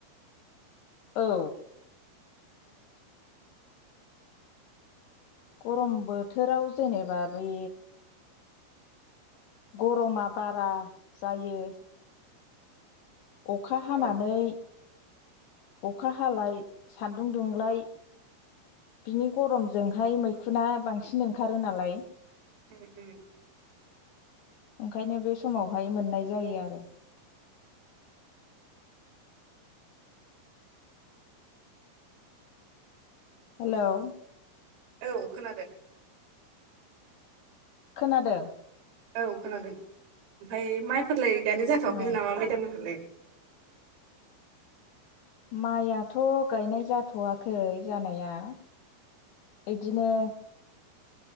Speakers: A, on the left; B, on the right.
A: औ गरम बोथोराव जेनेबा बे गरमा बारा जायो अखा हानानै
B: औ
A: अखा हालाय सान्दुं दुंलाय बिनि गरमजोंहाय मैखुना बांसिन ओंखारो नालाय
B: उम
A: ओंखायनो बे समावहाय मोननाय जायो आरो
B: उम
A: हेल'
B: औ खोनादों
A: खोनादों?
B: औ खोनादों ओमफ्राय माइफोरलाय गायनाय जाथ'वाखैमोन
A: ओ
B: नामा मेदाम मोनहालाय?
A: माइआथ' गायनाय जाथ'वा खै जानाया इदिनो